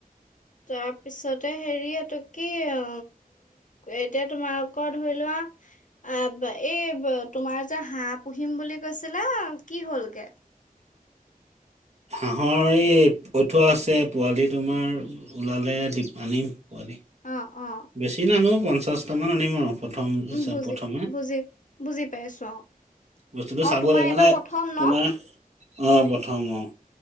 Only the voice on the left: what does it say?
তাৰপিছতে হেৰি এইটো কি অ এতিয়া তোমালোক ধৰি লোৱা। অ বা এই ব তোমাৰ যে হাঁহ পুহিম বুলি কৈছিলা কি হ'লগে।
অ অ
উম
বুজি
বুজি বুজি পাইছো অ
অ
তোমাৰ
এইবাৰ
প্ৰথম ন